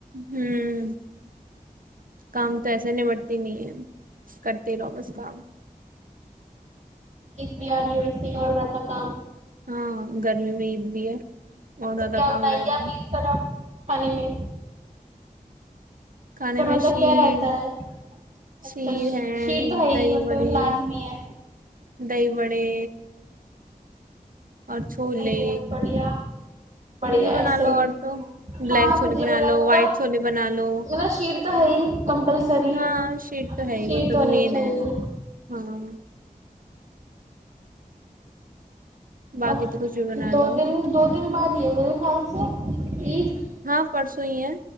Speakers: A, on the right (about 65°); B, on the right (about 50°).
A: ہوں کام تو ایسے نمٹتی نہیں ہے کرتے لو بس کام
B: ایک بھی آ رہی ہے ویسے ہی اور بات کام
A: ہاں گرمی میں عید بھی ہے اور زیادہ
B: تو کیا
A: کام
B: بنائیں
A: رہتا
B: گے آ اپیل
A: ہے
B: پر اب پانی میں عید
A: کھانے
B: پر
A: میں
B: مطلب
A: شیر
B: کیا رہتا ہے اچھا
A: شیر ہے
B: شیر تو ہی
A: دہی
B: مطلب
A: بڑے
B: لازمی ہے
A: دہی بڑے اور چھوولے
B: صحیح ہے بڑھیا بڑھیا
A: چولے بنا
B: ایسے
A: لو
B: ہی
A: اور تو
B: ہاں
A: بلیک چھولے
B: تو جی
A: بنا
B: میرا
A: لو
B: مطلب
A: وائٹ چھولے بنا لو
B: مطلب شیر تو ہے ہی کمپلسری
A: ہاں شیٹ تو ہے ہی
B: شیر
A: وہ تو
B: ہونی
A: مین
B: چاہیے
A: ہے ہاں باقی
B: اب
A: تو کچھ بھی بنا
B: دو
A: لو
B: دن دو دن بعد ہی ہے میرے خیال سے ایکید
A: ہاں پرسوں ہی ہے